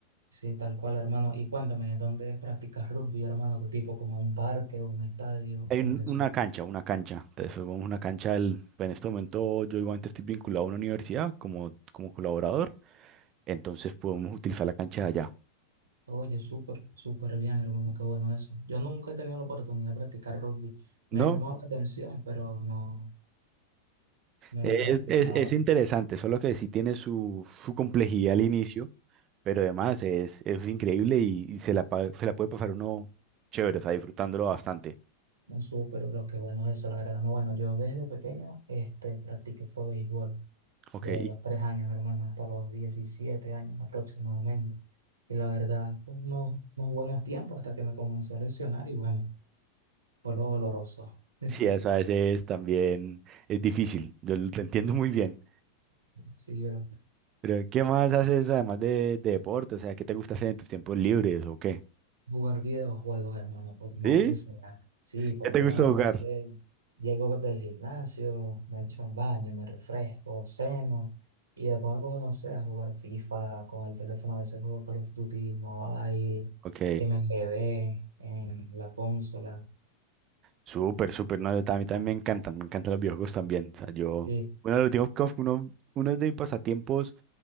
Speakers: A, on the right; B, on the right.
A: Sí, tal cual, hermano. Y cuéntame, ¿dónde practicas rugby, hermano? ¿Qué tipo? ¿Como un parque o un estadio?
B: Hay
A: ¿Cómo
B: un-
A: es eso?
B: una cancha, una cancha, entonces pues, vamos a una cancha, del- en este momento yo igualmente estoy vinculado a una universidad como, como colaborador, entonces podemos utilizar la cancha de allá,
A: Oye, súper, súper bien, hermano. Qué bueno eso. Yo nunca he tenido la oportunidad de practicar rugby.
B: ¿no?
A: Me ha llamado la atención, pero no, no
B: Es,
A: lo he practicado.
B: es, es interesante, solo que sí tiene su, su complejidad al inicio Pero además es, es increíble y, y se la, pa- se la puede pasar uno chévere, o sea, disfrutándolo bastante.
A: No, súper, pero qué bueno eso, la verdad. No, bueno, yo desde pequeño este, practiqué fue béisbol.
B: Ok,
A: De
B: Y
A: los tres años, hermano, hasta los 17 años aproximadamente. Y la verdad, fue unos, unos buenos tiempos hasta que me comencé a lesionar y bueno, fue lo doloroso. <laughs>
B: sí, eso a veces también es difícil, yo lo te entiendo muy bien.
A: Sí, pero
B: Pero ¿qué más haces además de, de deporte? O sea, ¿qué te gusta hacer en tus tiempos libres o qué?
A: jugar videojuegos, hermano, por más
B: ¿sí?
A: que sea. Sí, por
B: ¿Qué te
A: lo menos
B: gusta Sí. jugar?
A: a veces llego del gimnasio, me echo un baño, me refresco, ceno, y después me pongo, no sé, a jugar FIFA con el teléfono, a veces juego Call of Duty, Mobile,
B: Ok,
A: M G B en la consola.
B: súper, súper, no, yo tam- a mí también me encantan, me encantan los videojuegos también, o sea, yo,
A: Sí,
B: uno de los últimos, uno, uno de mis pasatiempos